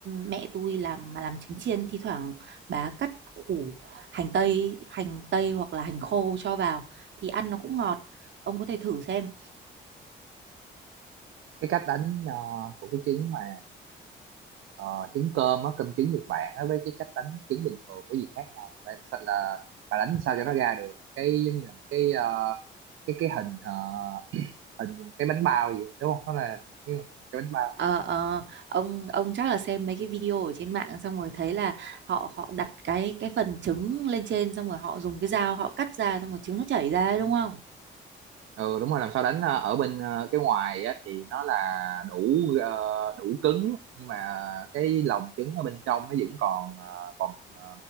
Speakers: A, on the right; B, on the right.
A: mẹ tôi làm mà làm trứng chiên thi thoảng bà cắt củ hành tây hành tây hoặc là hành khô cho vào thì ăn nó cũng ngọt ông có thể thử xem
B: cái cách đánh ờ, của cái trứng mà Ờ, trứng cơm á, cơm trứng Nhật Bản á, với cái cách đánh trứng bình thường có gì khác nhau là, sa- là bà đánh sao cho nó ra được cái giống như là một cái ờ, cái cái hình ờ, hình cái bánh bao gì đúng không nó là cái, cái bánh bao
A: Ờ, ờ, ông ông chắc là xem mấy cái video ở trên mạng xong rồi thấy là họ họ đặt cái cái phần trứng lên trên xong rồi họ dùng cái dao họ cắt ra xong rồi trứng nó chảy ra ấy, đúng không?
B: ừ đúng rồi làm sao đánh ờ, ở bên ờ, cái ngoài á, thì nó là đủ ờ, đủ cứng nhưng mà cái lòng trứng ở bên trong nó vẫn còn ờ, còn ờ,